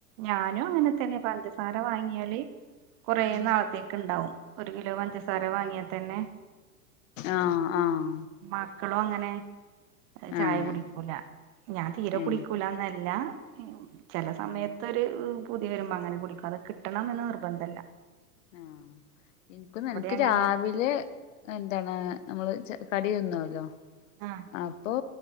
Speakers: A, on the right (about 40°); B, on the left (about 55°).
A: ഞാനും അങ്ങനെ തന്നെ പഞ്ചസാര വാങ്ങിയാല് കൊറെ
B: ഉം
A: നാളത്തേക്ക്ണ്ടാവും, ഒരു കിലോ പഞ്ചസാര വാങ്ങിയാ തന്നെ.
B: ആഹ് ആഹ്.
A: മക്കളും അങ്ങനെ. ചായ
B: ഏഹ്
A: കുടിക്കൂല ഞാൻ തീരെ
B: ഏഹ്
A: കുടിക്കൂലന്നല്ല ചേല സമയതോരു പൂതി വരുമ്പോ അങ്ങനെ കുടിക്കും, അത് കിട്ടണമന്ന് നിർബന്ധല്ല.
B: ആഹ് ഇൻക്കും
A: അവിടെ
B: നിക്ക്
A: അങ്ങനെ
B: രാവിലെ എന്താണ് നമ്മള് ച് കടിന്നുല്ലോ
A: ആഹ്
B: അപ്പോ